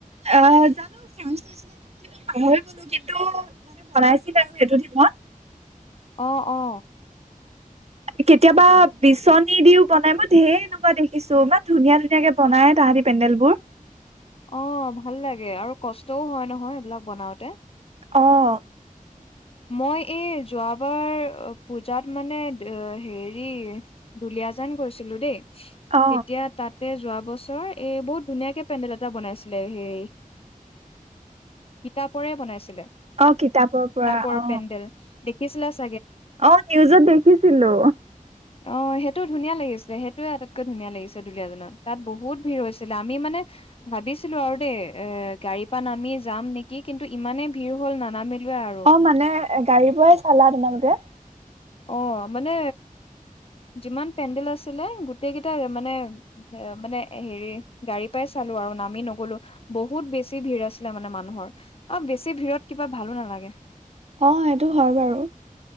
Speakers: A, on the right; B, on the left.
A: আহ জানো চ চ পাহৰি গলো কিন্তু মানে বনাইছিল তো সেইটো দিনত
B: অ' অ'।
A: কেতিয়াবা বিচনী দিও বনাই মই ধেৰ এনেকুৱা দেখিছো ইমান ধুনীয়া ধুনীয়াকে বনাই তাহাঁতি পেণ্ডেল বোৰ।
B: অ' ভাল লাগে আৰু কষ্টও হয় নহয় এইবিলাক বনাওতে।
A: অ'।
B: মই এই যোৱাবাৰ পূজাত মানে হেৰি, দুলিয়াজান গৈছিলো দেই। তেতিয়া
A: অ
B: তাত তে যোৱা বছৰ এ বহুত ধুনীয়াকে পেণ্ডেল এটা বনাইছিলে হে, কিতাপৰে বনাইছিল।
A: অ' কিতাপৰ পৰা।
B: ৰ
A: অ
B: পেণ্ডেল দেখিছিলা চা
A: অ' নিউজত দেখিছিলো।
B: অ' সেইটো ধুনীয়া লাগিছিল সেইটোৱে আটাইতকৈ ধুনীয়া লাগিছে দুলীয়াজনত, ‌ তাত বহুত ভিৰ হৈছিলে, আমি মানে ভাবিছিলো আৰু দেই এ গাড়ীৰ পৰা নামি যাম নেকি কিন্তু ইমানেই ভিৰ হল নানাামি <unintelligible> আৰু
A: অ মানে গাড়ীৰ পৰাই চালা তোমালোকে?
B: অ' মানে যিমান পেণ্ডেল আছিলে গোটেই কেইটা মানে এ মানে হেৰি গাড়ী পাই চালো আৰু নামি নগলো বহুত বেছি ভিৰ আছিলে মানে মানুহৰ আৰু বেছি ভিৰত কিবা ভালো নালাগে।
A: অ' সেইটো হয় বাৰু।